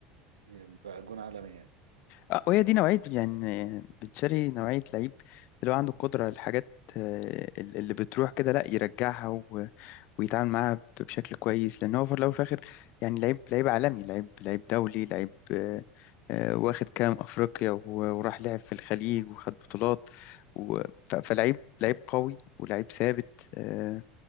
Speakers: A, on the right (about 85°); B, on the left (about 55°).
A: هي بقى جون عالمي يعني
B: آه، وهي دي نوعيه يعني آه، بن شرقي نوعيه لعيب اللي هو عنده القدره الحاجات آه، اللي بتروح كده لا يرجعها و- ويتعامل معاها ب- بشكل كويس لان هو في الاول وفي الاخر يعني لعيب لعيب عالمي لعيب لعيب دولي لعيب آه، آه، واخد كام افريقيا و- وراح لعب في الخليج وخد بطولات و- ف- فلعيب لعيب قوي ولعيب ثابت آه،